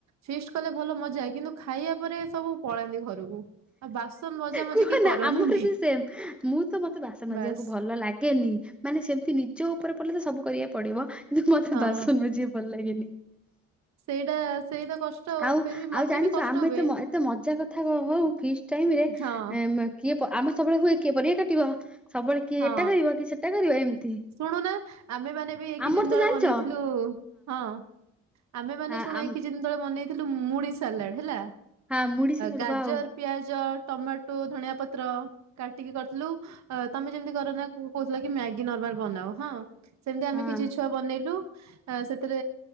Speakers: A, on the right (about 60°); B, in the centre.
A: ଫିଷ୍ଟ କଲେ ଭଲ ମଜା କିନ୍ତୁ ଖାଇବା ପରେ ସବୁ ପଳାନ୍ତି ଘରକୁ। ଆଉ ବାସନ ମଜା ମଜି
B: କୁହନା
A: କି କରନ୍ତିନି
B: ଆମର ବି ସେମ ମୁଁ ତ ମତେ ବାସନ ମାଜିବାକୁ
A: ବାସ୍
B: ଭଲ ଲାଗେ ନି ମାନେ ସେମିତି ନିଜ ଉପରେ ପଡ଼ିଲେ ତ ସବୁ କରିବାକୁ ପଡିବ କିନ୍ତୁ ମତେ
A: ହଁ।
B: ବାସନ ମାଜିବା ଭଲ ଲାଗେନି।
A: ସେଇଟା ସେଇତ କଷ୍ଟ
B: ଆଉ
A: ଫିର ବି
B: ଆଉ
A: ମତେ
B: ଜାଣିଛ
A: ବି କଷ୍ଟ
B: ଆମେ
A: ହୁଏ
B: ଏତ ଏତେ ମଜା କଥା ହଉ। କିସ୍ ଟାଇମ୍ ରେ
A: ହଁ
B: କିଏ ଆମେ ସବୁବେଳେ ହୁଏ କିଏ ପରିବା କାଟିବ ସବୁବେଳେ କିଏ
A: ହଁ
B: ଏଟା କରିବ କିଏ ସେଟା କରିବ ଏମିତି
A: ଶୁଣୁ ନା ଆମ୍ଭେମାନେ ବି ଏ
B: ଆମର
A: କିଛି ଦିନ
B: ତ
A: ତଳେ
B: ଜାଣିଛ
A: ବନେଇଥିଲୁ ହଁ। ଆମ୍ଭେମାନେ
B: ଆ-
A: ଶୁଣ
B: ଆମ୍-
A: ଏଇ କିଛି ଦିନ ତଳେ ବନେଇଥିଲୁ ମୁଢି ସାଲାଡ ହେଲା
B: ହଁ ମୁଢି ସାଲଡ
A: ଗାଜର
B: ୱାଓ
A: ପିଆଜ ଟମାଟୋ ଧଣିଆ ପତ୍ର କାଟିକି କରିଥିଲୁ ଅ ତମେ ଯେମିତି କର ନା କହୁଥିଲ କି ମ୍ୟାଗି ନର୍ମାଲ ବନାଅ ହଁ ସେମିତି ଆମେ
B: ହଁ
A: କିଛି ଛୁଆ ବନେଇଲୁ। ଆ ସେଥିରେ